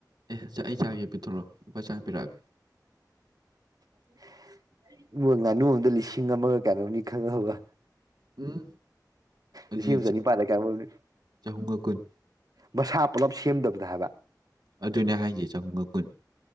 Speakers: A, on the right (about 75°); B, on the right (about 60°).
A: ꯑꯦꯥꯛ ꯑꯩ ꯆꯥꯒꯦ ꯄꯤꯊꯣꯔꯛꯑꯣ ꯐ ꯆꯥꯏ ꯄꯤꯔꯥꯒꯦ
B: <inaudible> ꯏ ꯉꯥꯅꯨ ꯑꯃꯗ ꯂꯤꯁꯤꯡ ꯑꯃꯒ ꯀꯩꯅꯣꯅꯤ ꯈꯪꯉꯕ
A: ꯎꯝ ꯍꯧꯖꯤ
B: ꯂꯤꯁꯤꯡ ꯑꯃ ꯆꯅꯤꯄꯥꯜꯗ ꯀꯌꯥꯅꯣꯝꯅꯤ
A: ꯆꯍꯨꯝꯒ ꯀꯨꯟ
B: ꯃꯁꯥ ꯄꯨꯜꯂꯞ ꯁꯦꯝꯗꯕꯗ ꯍꯥꯏꯕ
A: ꯑꯗꯨꯅꯦ ꯍꯥꯏꯁ ꯆꯍꯨꯝꯒ ꯀꯨꯟ